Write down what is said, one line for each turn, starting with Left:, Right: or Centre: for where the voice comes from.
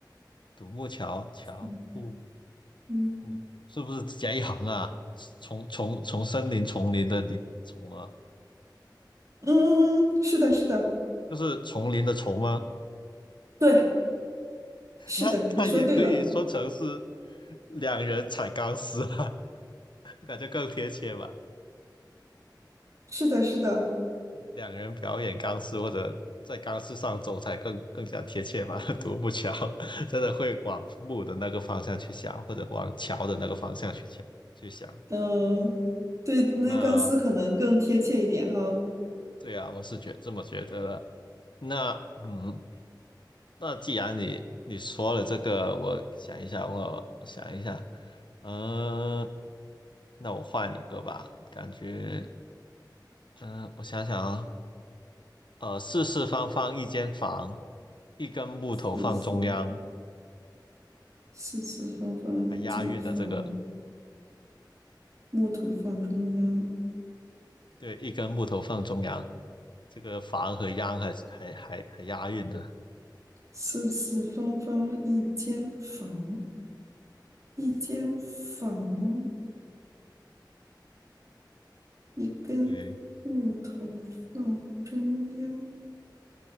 Left: 独木桥，桥木
Right: 嗯嗯
Left: 木，是不是只加一行啊？从从从森林丛林的林丛啊，
Right: 嗯嗯，嗯，是的，是的，
Left: 就是丛林的丛吗？
Right: 对，是的，
Left: 那那也可以说成是
Right: 你说对了，
Left: 两人踩钢丝啊，<laughs> 感觉更贴切吧。
Right: 是的，是的，
Left: 两个人表演钢丝或者在钢丝上走才更更加贴切吧。<laughs> 独木桥 <laughs> 真的会往木的那个方向去想，或者往桥的那个方向去想去想。
Right: 嗯，对，那钢丝可能更贴切一点哈，
Left: 那对啊，我是觉这么觉得的。那嗯，那既然你你说了这个，我想一下，我我想一下，嗯，那我换一个吧，感觉嗯，我想想啊，呃，四四方方一间房，一根木头放中央。
Right: 四四四四方方一间房，
Left: 还押韵的这个，
Right: 木头放中央，
Left: 对，一根木头放中央，这个房和央还还还还押韵的。
Right: 四四方方一间房，一间房，一根木头放中央，
Left: 对，